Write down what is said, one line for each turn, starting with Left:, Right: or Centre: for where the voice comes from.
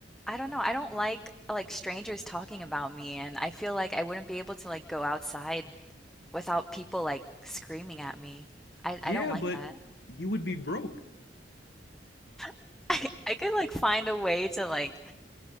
Centre: I don't know, I don't like like strangers talking about me and I feel like I wouldn't be able to like go outside without people like screaming at me. I,
Left: Yeah,
Centre: I don't like
Left: but
Centre: that.
Left: you would be broke.
Centre: <laughs> I, I could like find a way to like